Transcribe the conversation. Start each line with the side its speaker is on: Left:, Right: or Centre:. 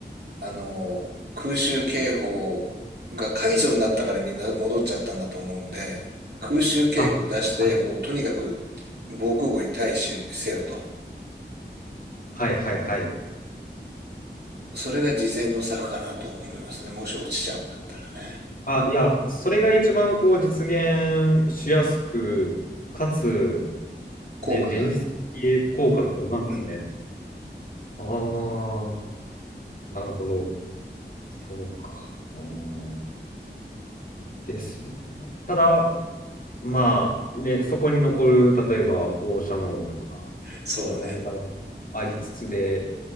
Right: あの、空襲警報が解除になったからみんな戻っちゃったんだと思うんで、空襲警報を出して、
Left: あ、はい。
Right: もうとにかく防空壕に対しせよと。
Left: はいはいはい。
Right: それが事前の策かなと思いますね。もし落ちちゃうんだったらね。
Left: あ、いや、それが一番こう実現しやすく、かつ、
Right: 効果が。
Left: ね、現実的効果がありますね。
Right: うん。
Left: ああ、なるほど。そうか。あーですよね。ただ、まあ、ね、そこに残る、例えば放射能とかの問題もありつつで、
Right: そうね。